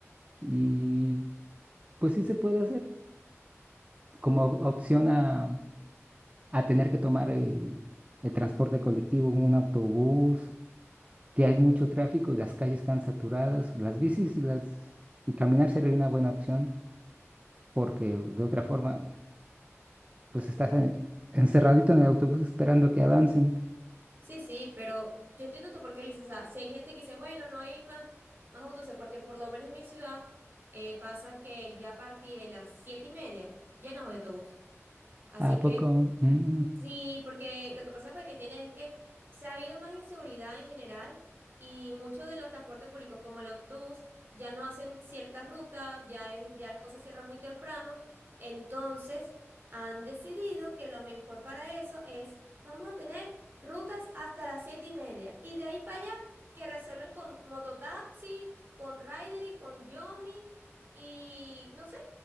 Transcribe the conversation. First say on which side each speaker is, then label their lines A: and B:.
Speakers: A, on the right; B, on the right.
A: y pues sí se puede hacer como op- opción a, a tener que tomar el, el transporte colectivo, un autobús, que hay mucho tráfico y las calles están saturadas, las bicis y las, y caminar sería una buena opción, porque de otra forma pues estás eh, encerradito en el autobús esperando que avancen.
B: Sí, sí, pero yo entiendo tú por qué lo dices. O sea, si hay gente que dice, bueno, no hay más, más autobuses, porque por lo menos en mi ciudad eh, pasa que ya a partir de las siete y media ya no hay autobús. Así
A: ¿A poco?
B: que
A: Mm,
B: Sí, porque lo que pasa fue que tiene es que se ha habido más inseguridad en general y muchos de los transportes públicos como el autobús ya no hacen ciertas rutas, ya, es- ya las cosas cierran muy temprano, entonces han decidido que lo mejor para eso es vamos a tener rutas hasta las siete y media y de ahí para allá que resuelven con mototaxi, con Rider y con Yomi y no sé,